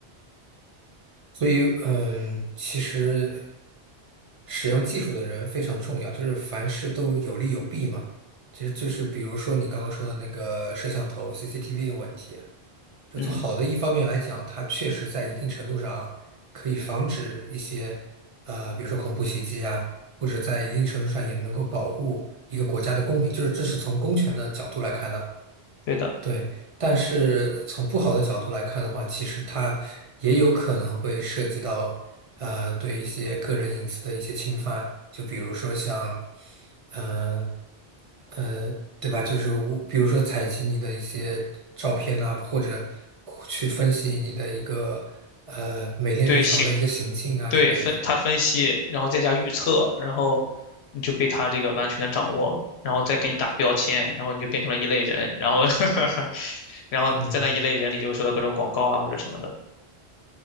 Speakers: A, on the right (about 40°); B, on the left (about 75°).
A: 所以嗯，其实使用技术的人非常重要，就是凡事都有利有弊嘛。其实就是比如说你刚刚说的那个摄像头 CCTV 的问题，就从好的一方面来讲，
B: 嗯，
A: 它确实在一定程度上啊，可以防止一些，呃，比如说恐怖袭击啊，或者在一定程度上也能够保护一个国家的公民，就是这是从公权的角度来看的，
B: 对的，
A: 对。但是从不好的角度来看的话，其实它也有可能会涉及到，呃，对一些个人隐私的一些侵犯，就比如说像，嗯。呃，对吧？就是我，比如说采集你的一些照片啊，或者去分析你的一个呃每天日常的一个行径啊之类的。
B: 对行，对分他分析，然后再加预测，然后你就被他这个完全的掌握了，然后再给你打标签，然后你就变成了一类人，然后 <laughs> 然后你在那一类人里就会收到各种广告啊或者什么的。
A: 嗯，